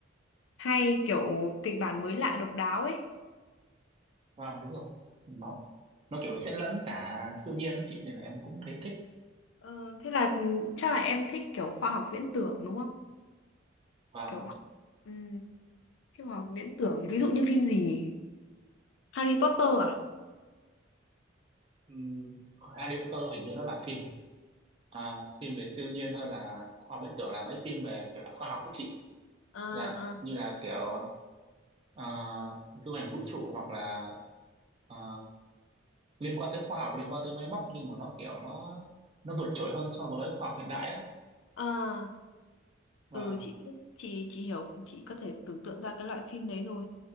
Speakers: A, on the left; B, on the right.
A: hay kiểu kịch bản mới lạ độc đáo ấy
B: Vâng, đúng rồi. Nó nó kiểu xen lẫn cả siêu nhiên đó chị nên là em cũng thấy thích.
A: Ờ, thế là ừ, chắc là em thích kiểu khoa học viễn tưởng đúng không?
B: Vâng,
A: Kiểu ừm, cái khoa học viễn tưởng ví dụ như phim gì nhỉ? Harry Potter à?
B: um, Harry Potter hình như đó là phim à, phim về siêu nhiên hơn là khoa học viễn tưởng là mấy phim về kiểu là khoa học đó chị.
A: à,
B: Dạ,
A: à,
B: như là kiểu à, du hành vũ trụ hoặc là à, liên quan tới khoa học, liên quan tới máy móc nhưng mà nó kiểu nó nó vượt trội hơn so với khoa học hiện đại á.
A: à.
B: và
A: ừ chị biết, chị chị hiểu chị có thể tưởng tượng ra cái loại phim đấy rồi